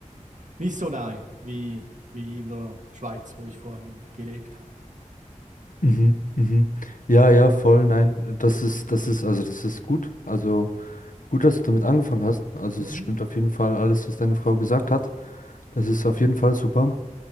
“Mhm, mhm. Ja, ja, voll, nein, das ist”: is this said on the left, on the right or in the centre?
Left